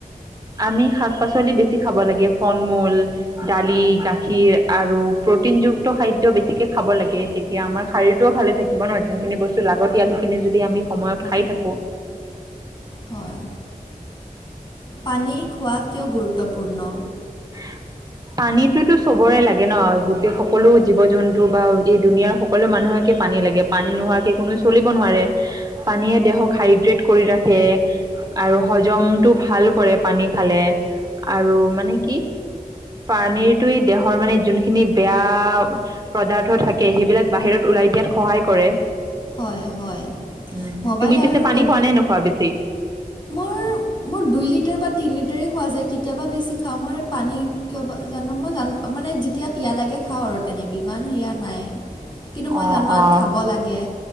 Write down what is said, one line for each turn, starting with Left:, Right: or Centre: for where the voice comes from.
Right: আমি শাক-পাচলি বেছি খাব লাগে, ফল-মূল, দালি, গাখীৰ আৰু প্ৰটিনযুক্ত খাদ্য বেছিকে খাব লাগে, তেতিয়া আমাৰ শৰীৰটোও ভালে থাকিব নহ, যোনখিনি বস্তু লাগতিয়াল যদি আমি সময়ত
Left: হয়
Right: খাই থাকো।
Left: হয় পানী খোৱা কিয় গুৰুত্বপূৰ্ণ?
Right: <inaudible> পানীতোতো চবৰে লাগে ন, গোটেই সকলো জীৱ-জন্তু বা এই দুুনীয়াৰ সকলো মানুহকে পানী পানী লাগে, পানী নোহোৱাকে কোনো চলিব নোৱাৰে, পানীয়ে দেহক হাইড্ৰেট কৰি ৰাখে। আৰু হজমটো ভাল কৰে পানী খালে, আৰু মানে কি? পানীতয়ে দেহৰ মানে যোনখিনি বেয়া পদাৰ্থ থাকে, সেইবিলাক বাহিৰত ওলাই দিয়াত সহায় কৰে,
Left: হয় হয়
Right: উম,
Left: মোবাইল
Right: তুমি
Left: আৰু
Right: পিছে পানী
Left: কম্পিউ
Right: খোৱা নে নোখোৱা বেছি?
Left: মোৰ, মোৰ দুই লিটাৰ বা তিনি লিটাৰেই খোৱা যায়, কেতিয়াবা বেছি খাওঁ মই পানী, কিয় জানো, মই জানো, মানে যেতিয়া পিয়াহ লাগে খাওঁ আৰু তেনেকে, ইমান সেয়া নাই কিন্তু মই
Right: অ-অ,
Left: জনাত খাব লাগে